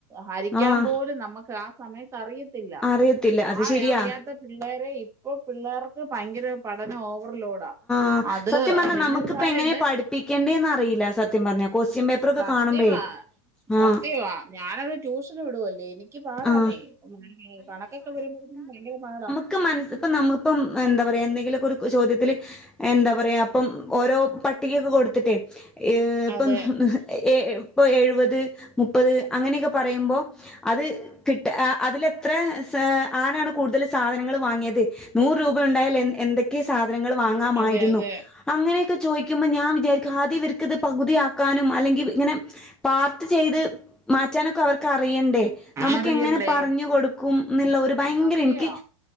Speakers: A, on the right; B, in the centre.
A: ഹരിക്കാം
B: ആഹ്
A: പോലും ന്നമ്മക്ക് ആ സമയത്ത് അറിയ ത്തില്ല
B: അറിയത്തില്ല അത്
A: ആ
B: ശെരിയാ
A: അറിയാത്ത പിള്ളേരേ ഇപ്പൊ പിള്ളേർക്ക് ഭയങ്കര പഠനം ഓവർലോഡാ.
B: ആഹ്
A: അത്
B: സത്യം പറഞ്ഞാൽ
A: പിന്നെ
B: നമുക്കിപ്പോ
A: ഒരു കാര്യമുണ്ട്
B: എങ്ങനാ പഠപ്പിക്കണ്ടന്ന് അറിയില്ല സത് സത്യം പറഞ്ഞ കൊസ്റ്റ്യൻ പേപ്പറൊക്കെ
A: സത്യമാ
B: കാണുമ്പേ
A: സത്യമാ
B: ആഹ്
A: ഞാനത് ട്യൂഷന് വിടു അല്ലേ എനി ക്ക് പാടാന്നേ
B: ആഹ്
A: <unintelligible> കണക്കൊക്കെ വരുമ്പഴും ഭയങ്കര പാടാ
B: ക്ക് മനസിപ്പ നമ്മൾ ഇപ്പം എന്താ പറയാ എന്തെങ്കിലൊക്ക ഒരു ചോദ്യത്തില് എന്താ പറയാ അപ്പം ഓരോ പട്ടികെക്കൊ കൊടുത്തിട്ടേ ഏഹ് ഇപ്പം
A: അതെ
B: എ ഇപ്പോ എഴുപത്, മുപ്പത് അങ്ങനെഒക്കെ പറയുമ്പോ അത്. കിട്ട ആ അതിലെത്ര സാ ആരാണ് കൂടുതൽ സാധനങ്ങൾ വാങ്ങിയത്. നൂറ് രൂപ ഉണ്ടായാൽ എ എന്തൊക്കെ സാധനങ്ങൾ വാങ്ങാമായിരുന്നു.
A: അതെ അതെ
B: അങ്ങനെ ഒക്കെ ചോദിക്കുമ്പ ഞാൻ വിചാരിക്കും ആദ്യം ഇവര്ക്ക് ഇത് പകുതിയാക്കാനും അല്ലെങ്കി ഇങ്ങനെ. പാർട്ട് ചെയ്ത് മാറ്റാനൊക്കെ അവർക്ക് അറി യെണ്ടേ നമുക്ക്
A: അറിയണ്ടേ
B: എങ്ങനെ പറഞ്ഞു കൊടുക്കും എന്നുള്ള ഒരു ഭയങ്കര
A: സത്യവാ
B: എനിക്ക്.